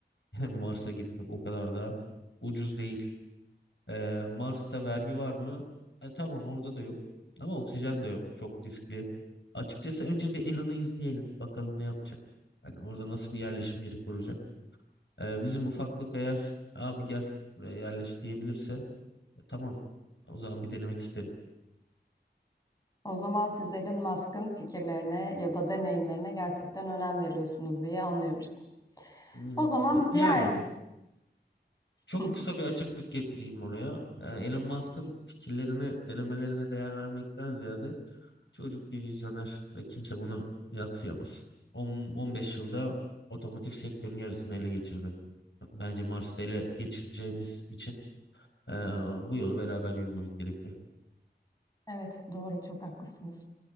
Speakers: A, on the left (about 85°); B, on the left (about 20°).
A: <laughs> Mars'a gitmek o kadar da ucuz değil. Ee, Mars'ta vergi var mı? E, tamam orada da yok. Ama oksijen de yok. Çok riskli. Açıkçası önce bir Elon'u izleyelim. Bakalım ne yapacak. Hani orada nasıl bir yerleşim yeri kuracak. Ee, bizim ufaklık eğer abi gel buraya yerleş diyebilirse e, tamam. O zaman bir denemek isterim.
B: O zaman siz Elon Musk'ın fikirlerine ya da deneyimlerine gerçekten önem veriyorsunuz diye anlıyoruz.
A: Hmm,
B: O zaman
A: e, yani
B: diğer biz.
A: çok
B: <laughs>
A: kısa bir açıklık getireyim oraya. Yani Elon Musk'ın fikirlerini denemelerine değer vermekten ziyade Çocuk bir vizyoner ve kimse bunu yadsıyamaz. 10, 15 yılda otomotiv sektörünün yarısını ele geçirdi. Bence Mars'ta ele geçireceğimiz için eee, bu yolu beraber yürümemiz gerekiyor.
B: Evet, doğru, çok haklısınız.